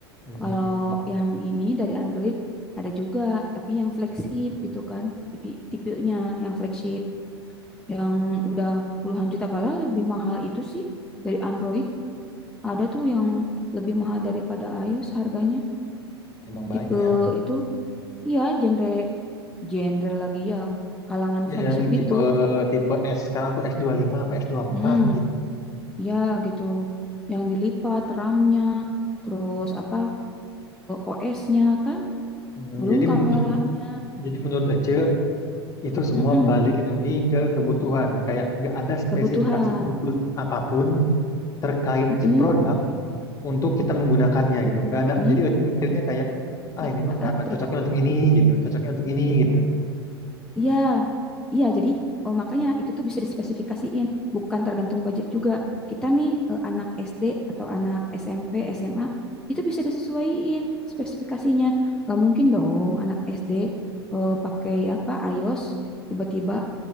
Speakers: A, on the left (about 25°); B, in the centre.
A: Mm-mm.
B: Kalau yang ini dari Android ada juga, tapi yang flagship itu kan, tipe tipenya yang flagship yang udah puluhan juta bala lebih mahal itu sih dari Android. Ada tuh yang lebih mahal daripada iOS harganya.
A: Emang banyak.
B: Tipe itu, iya genre genre lagi ya, kalangan
A: Ya,
B: flagship
A: Yang tipe
B: gitu.
A: tipe S sekarang tuh s dua puluh lima apa s dua puluh
B: Hmm.
A: empat gitu.
B: Ya gitu, yang dilipat RAM-nya, terus apa OS-nya kan,
A: Hmm,
B: belum
A: jadi
B: kameranya.
A: menurut Jadi menurut Ece, itu semua
B: Mm-mm,
A: balik lagi ke kebutuhan. Kayak nggak ada spesifikasi
B: Kebutuhan.
A: khusus apapun terkait
B: Mm-mm,
A: si produk untuk kita menggunakannya gitu. Nggak ada.
B: mm-mm,
A: Jadi Ece mikirnya kayak, ah
B: Nggak
A: ini mah karena
B: ada.
A: cocoknya untuk ini gitu, cocoknya untuk ini gitu.
B: Iya, iya. Jadi eh, makanya itu tuh bisa dispesifikasiin, bukan tergantung budget juga. Kita nih eh, anak SD atau anak SMP, SMA itu bisa disesuaiin spesifikasinya. Gak mungkin dong anak SD eh, pakai apa iOS tiba-tiba